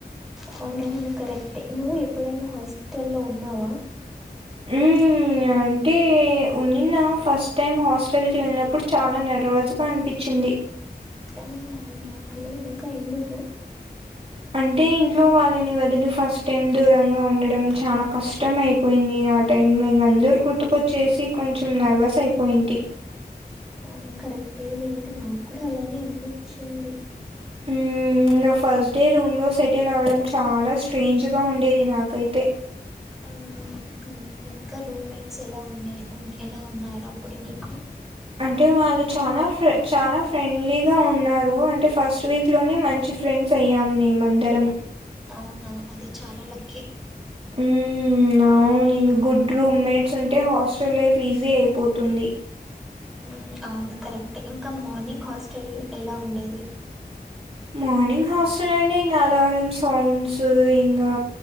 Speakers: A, in the centre; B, on the right.
A: అవునవును కరెక్టే నువ్వు ఎప్పుడైనా హాస్టల్లో ఉన్నావా
B: హ్ అంటే ఉన్నిన్న ఫస్ట్ టైం హాస్టల్కి వెళ్ళినప్పుడు చాలా నార్వజ్ గ అనిపిచ్చింది.
A: <unintelligible> ఇంకా ఎందుకు
B: అంటే ఇంట్లో వాళ్ళని వొదిలి ఫస్ట్ టైం దూరంగా ఉండడం చానా కష్ట కష్టం అయిపోయింది. ఆ టైం లో ఇంగ అందరు గుర్తుకొచ్చేసి కొంచెం నర్వస్ అయిపోయింటి
A: అవును కరెక్టే లే ఇంకా నాకు కూడా అలానే అనిపిచ్చింది
B: హ్మ్. ఇంగ ఫస్ట్డే రూమ్ లో సెటిల్ అవ్వడం చాల స్ట్రేంజ్గా ఉండేది. నాకైతే
A: ఔన కరెక్ట్ ఇంక రూమెట్స్ ఎలా ఉన్నె ఎలా ఉన్నారు. అప్పుడు నీకు
B: అంటే వాళ్ళు చాల ఫ్రె చాలా ఫ్రెండ్లీగా ఉన్నారు అంటే ఫస్ట్ వీక్ క్లోనే మంచి ఫ్రెండ్స్ అయ్యాం మేమందరం
A: ఔనా అది చాల లక్కీ
B: ఉ ఔన్ ఇగ్ గుడ్ రూమ్ మేట్స్ ఉంటే హాస్టల్ లైఫ్ ఈజీ అయిపోతుంది.
A: ఉ ఔన్ కరెక్ట్ ఇంక మార్నింగ్ హాస్టల్ ఎలా ఉండేది.
B: మార్నింగ్ హాస్టల్ అని ఇంగా అలారం సౌండ్స్ ఇంగా